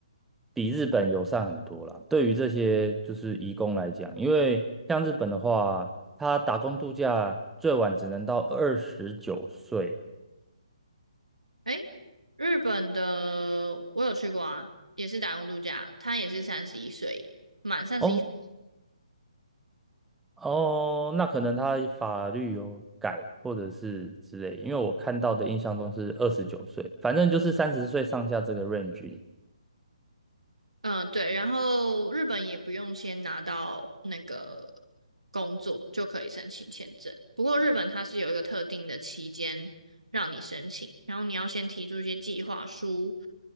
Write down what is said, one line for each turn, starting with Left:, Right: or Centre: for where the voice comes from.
Centre: 比日本友善很多啦。对于这些就是移工来讲，因为像日本的话，他打工度假最晚只能到二十九岁。
Right: 诶，日本的我有去过啊，也是打工度假，他也是三十一岁，满三十一岁。
Centre: 哦，哦，那可能他法律有改，或者是之类，因为我看到的印象中是二十九岁，反正就是三十岁上下这个 range
Right: 嗯，对，然后日本也不用先拿到那个工作就可以申请签证。不过日本它是有一个特定的期间让你申请，然后你要先提出一些计划书。